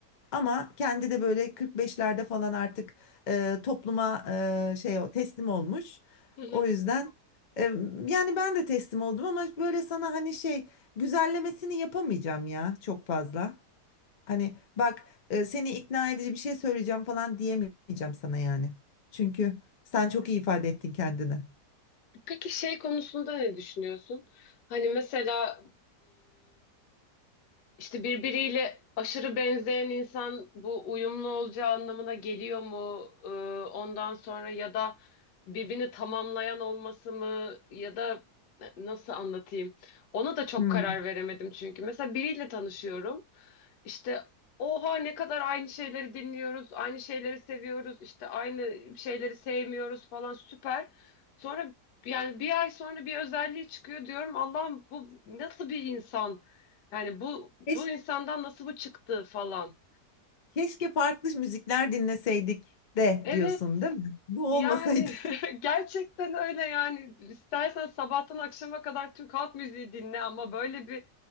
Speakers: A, on the left (about 55°); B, on the left (about 80°).
A: Ama kendi de böyle 45'lerde falan artık e, topluma e, şey o- teslim olmuş.
B: Hı hı.
A: O yüzden e, yani ben de teslim oldum ama böyle sana hani şey güzellemesini yapamayacağım ya çok fazla. Hani bak e, seni ikna edici bir şey söyleyeceğim falan diyemeyeceğim sana yani. Çünkü sen çok iyi ifade ettin kendini.
B: Peki şey konusunda ne düşünüyorsun? Hani mesela İşte birbiriyle aşırı benzeyen insan bu uyumlu olacağı anlamına geliyor mu? Ee, ondan sonra ya da birbirini tamamlayan olması mı ya da e, nasıl anlatayım? Ona da çok
A: Hmm.
B: karar veremedim çünkü. Mesela biriyle tanışıyorum. İşte oha ne kadar aynı şeyleri dinliyoruz, aynı şeyleri seviyoruz, işte aynı şeyleri sevmiyoruz falan süper. Sonra yani bir ay sonra bir özelliği çıkıyor diyorum Allah'ım bu nasıl bir insan? Yani bu
A: Keş-
B: bu insandan nasıl bu çıktı falan.
A: keşke farklı müzikler dinleseydik de
B: Evet.
A: diyorsun değil mi? Bu
B: Yani
A: olmasaydı.
B: <laughs> gerçekten öyle yani istersen sabahtan akşama kadar Türk halk müziği dinle ama böyle bir